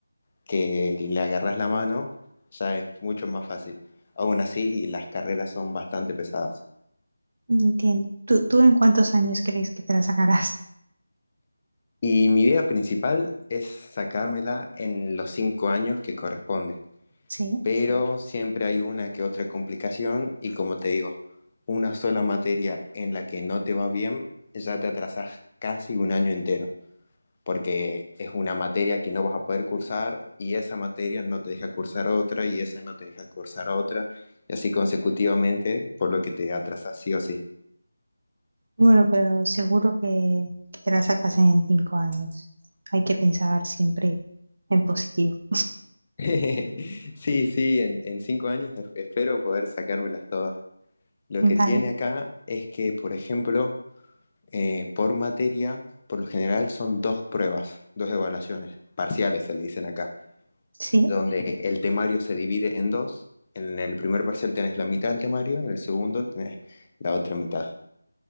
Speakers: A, on the left; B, on the right.
A: que le agarras la mano, ya es mucho más fácil. Aún así, las carreras son bastante pesadas.
B: entiendo. ¿Tú, tú en cuántos años crees que te la sacarás?
A: Y mi idea principal es sacármela en los cinco años que corresponde.
B: <laughs> Sí.
A: Pero siempre hay una que otra complicación y como te digo, una sola materia en la que no te va bien, ya te atrasas casi un año entero, porque es una materia que no vas a poder cursar y esa materia no te deja cursar otra y esa no te deja cursar otra y así consecutivamente, por lo que te atrasas sí o sí.
B: Bueno, pero seguro que, que te la sacas en cinco años. Hay que pensar siempre en positivo.
A: <laughs> Sí, sí, en, en cinco años es- espero poder sacármelas todas. Lo
B: Vale,
A: que tiene acá es que, por ejemplo, eh, por materia, por lo general son dos pruebas, dos evaluaciones, parciales se le dicen acá,
B: sí.
A: donde el temario se divide en dos. En el primer parcial tenés la mitad del temario, en el segundo tenés la otra mitad.